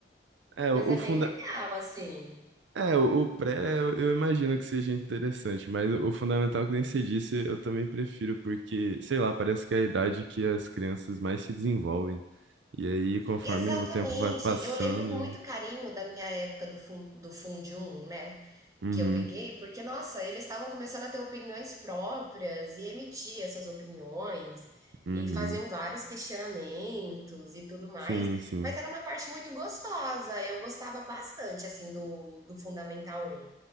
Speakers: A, on the right; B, on the right.
A: É,
B: Mas
A: o,
B: é
A: o funda...
B: bem legal, assim.
A: É, o, o pré, eu, eu imagino que seja interessante, mas o, o fundamental que nem você disse, eu também prefiro, porque, sei lá, parece que é a idade que as crianças mais se desenvolvem. E aí, conforme
B: Exatamente.
A: o tempo vai passando.
B: Eu lembro com muito carinho da minha época do fun do Fundium, né,
A: Uhum,
B: que eu peguei, porque, nossa, eles estavam começando a ter opiniões próprias e emitir essas opiniões,
A: uhum.
B: e faziam vários questionamentos e tudo mais,
A: Sim, sim.
B: mas era uma parte muito gostosa, eu gostava bastante, assim, do do Fundamental Um.